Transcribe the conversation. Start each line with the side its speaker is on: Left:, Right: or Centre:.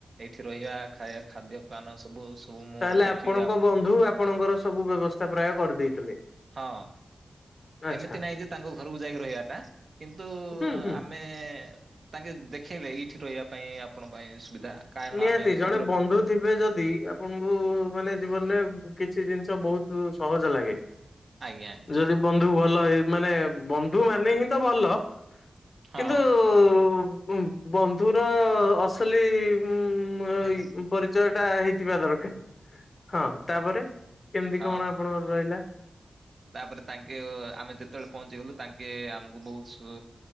Right: ଏଇଠି ରହିବା ଖାଇଆ ଖାଦ୍ୟ ପାନ ସବୁ ସବୁ ମୁଁ
Left: ତାହେଲେ
Right: ଦେଖିବି
Left: ଆପଣଙ୍କ
Right: ଆ
Left: ବନ୍ଧୁ ଆପଣଙ୍କର ସବୁ ବ୍ୟବସ୍ଥା ପ୍ରାୟ କରିଦେଇ
Right: ହଁ।
Left: ଆଚ୍ଛା
Right: ଏମିତି ନାଇଁ ଯେ ତାଙ୍କ ଘରୁକୁ ଯାଇକି ରହିଆଟା କିନ୍ତୁ
Left: ହୁଁ ହୁଁ।
Right: ଆମେ ନେ ତାଙ୍କେ ଦେଖେଇଲେ ଏଇଠି ରହିଆ ପାଇଁ ଆପଣ ପାଇଁ ସୁବିଧା। କାରଣ
Left: ନିହାତି,
Right: ଆମେ
Left: ଜଣେ
Right: ପନ୍ଦର
Left: ବନ୍ଧୁ ଥିବେ ଯଦି, ଆପଣଙ୍କୁ ମାନେ ଜୀବନରେ କିଛି ଜିନିଷ ବହୁତ୍ ସହଜ ଲାଗେ।
Right: ଆଜ୍ଞା ଆଜ୍ଞା
Left: ଯଦି ବନ୍ଧୁ ଭଲ ହେଇ ମାନେ ବନ୍ଧୁ ମାନେ ହିଁ ତ ଭଲ
Right: ହଁ
Left: କିନ୍ତୁ ଉ ଉ ଉ ବନ୍ଧୁର ଅସଲି ଉଁ
Right: ହଁ
Left: ଉଁ ପରିଚୟ ଟା ହେଇଥିବା ଦରକାର, ହଁ ତାପରେ, କେମିତି
Right: ହଁ
Left: କଣ ଆପଣଙ୍କର ରହିଲା?
Right: ତାପରେ ତାଙ୍କେ, ଆମେ ଯେତେବେଳେ ପହଞ୍ଚିଗଲୁ ତାଙ୍କେ ଆମକୁ ବହୁତ